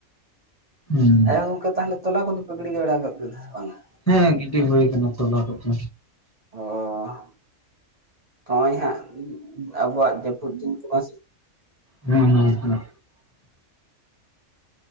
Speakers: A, on the left; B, on the right.
A: ᱦᱩᱸ
B: ᱟᱫᱚ ᱜᱚᱝᱠᱮ ᱛᱟᱦᱞᱮ ᱛᱚᱞᱟ ᱠᱚᱫᱚᱱ ᱯᱮ ᱜᱤᱲᱤ ᱵᱟᱲᱟ ᱜᱚᱜ ᱠᱮᱫᱟ ᱥᱮ ᱵᱟᱝᱟ?
A: ᱦᱮᱸ ᱜᱤᱰᱤ ᱦᱩᱭ ᱠᱟᱱᱟ ᱛᱚᱞᱟ ᱠᱚᱛᱚ᱾
B: ᱚ ᱱᱚᱜ-ᱚᱭ ᱦᱟᱸᱜ ᱟᱵᱚᱣᱟᱜ ᱡᱟᱹᱯᱩᱫ ᱫᱤᱱ ᱠᱚᱢᱟ
A: ᱦᱮᱸ ᱦᱮᱸ ᱦᱮᱸ